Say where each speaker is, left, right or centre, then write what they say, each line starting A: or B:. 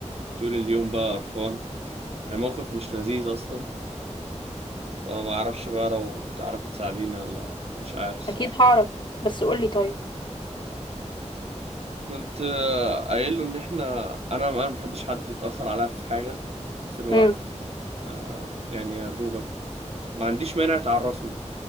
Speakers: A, on the right; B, on the left.
A: طول اليوم بقى قرفان يعني موقف مش لذيذ اصلا فما اعرفش بقى لو تعرفي تساعديني ولا مش عارف الصراحة
B: اكيد هعرف بس قولي طيب
A: كنت آه، قايل له ان احنا انا انا ما بحبش حد يتأخر عليا في حاجة في الوقت
B: امم
A: آه، يعني يا دوبك ما عنديش مانع تعرفني